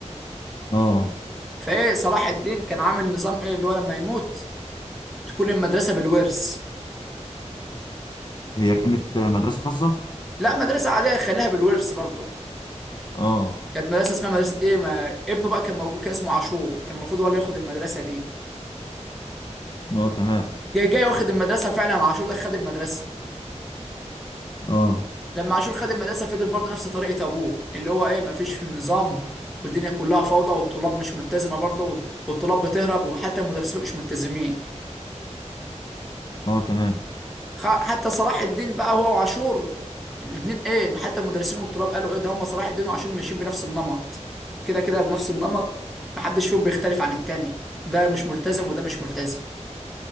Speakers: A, on the left; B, in the centre.
A: اه
B: فايه صلاح الدين كان عامل نظام ايه اللي هو لما يموت تكون المدرسه بالورث
A: هي كانت مدرسه خاصه
B: لا مدرسه عاديه خليها بالورث برضه
A: اه
B: كانت مدرسه اسمها مدرسه ايه ما ابنه بقى كان موجود كان اسمه عاشور كان المفروض هو اللي ياخد المدرسه دي
A: اه تمام
B: جاي جاي واخد المدرسه فعلا عاشور ده خد المدرسه
A: اه
B: لما عاشور خد المدرسه فضل برضه نفس طريقه ابوه اللي هو ايه ما فيش في النظام والدنيا كلها فوضى والطلاب مش ملتزمه برضه والطلاب بتهرب وحتى المدرسين مش ملتزمين
A: اه تمام
B: خ- حتى صلاح الدين بقى هو وعاشور الاثنين ايه حتى المدرسين والطلاب قالوا ايه ده هم صلاح الدين وعاشور ماشيين بنفس النمط كده كده بنفس النمط محدش فيهم بيختلف عن التاني ده مش ملتزم وده مش ملتزم